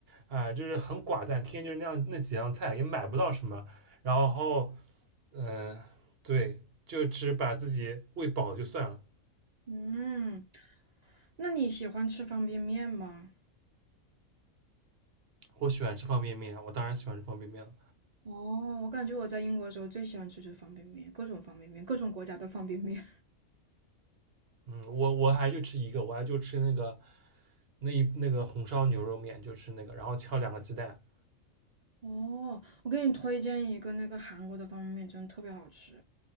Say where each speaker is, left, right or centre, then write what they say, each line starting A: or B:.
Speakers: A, on the right (about 50°); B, on the right (about 90°).
A: 啊、就是很寡淡，天天就是那样那几样菜，也买不到什么。然后，嗯、对，就只把自己喂饱就算了。
B: 嗯，那你喜欢吃方便面吗？
A: 我喜欢吃方便面啊，我当然喜欢吃方便面了。
B: 哦，我感觉我在英国的时候最喜欢吃就是方便面，各种方便面，各种国家的方便面。
A: 嗯，我我还就吃一个，我还就吃那个那一那个红烧牛肉面，就吃那个，然后敲两个鸡蛋，
B: <laughs> 哦，我给你推荐一个那个韩国的方便面，真的特别好吃，